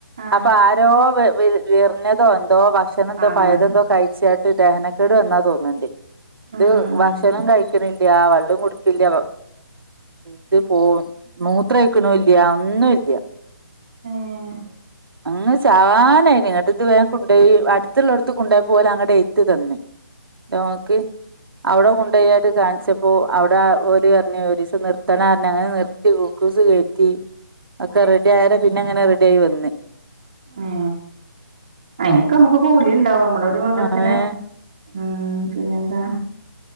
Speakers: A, on the right (about 20°); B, on the right (about 85°).
A: ആഹ്
B: അപ്പൊ ആരോ വെ വെ എറിഞ്ഞതോ എന്തോ ഭക്ഷണം എന്തോ
A: ആഹ്
B: പഴയതെന്തോ കഴിച്ച ട്ട് ദഹനക്കേട് വന്നാ തോന്നെണ്ട്
A: ഉം
B: ഇത്
A: ഉം
B: ഭക്ഷണം കഴിക്കണില്ല വെള്ളം കുടിക്കില്ല ഇത് പോ മൂത്രം ഒഴിക്കണുല്ല ഒന്നും ഇല്ല
A: ഏഹ്
B: അങ്ങ് ചാവാനായി ഇങ്ങട്ട് ഇത് വേഗം കൊണ്ടോയി അടുത്തുള്ള അടത്ത് കൊണ്ട് പോയപോലെ അങ്ങട്ട് ഏത്ത് തന്ന്
A: യെസ്
B: <unintelligible> അവിടെ കൊണ്ടായ്യാട്ട് കാണിച്ച പ്പൊ അവിടെ ഓര് പറഞ്ഞ് ഒരു ദിവസം നിർത്തണ പറഞ്ഞ് അങ്ങനെ നിർത്തി ഗ്ലൂക്കൂസ് കേറ്റി ഒക്കെ റെഡി ആയാല പിന്നെ അങ്ങനെ റെഡി ആയി വന്ന്
A: ഹേ അയിനൊക്കെ നമുക്ക് കൂലി ഇണ്ടാവും നമ്മള ഒരു മൃഗത്തിനെ
B: ഏഹ്
A: അഹ്‌ പിന്നെന്താ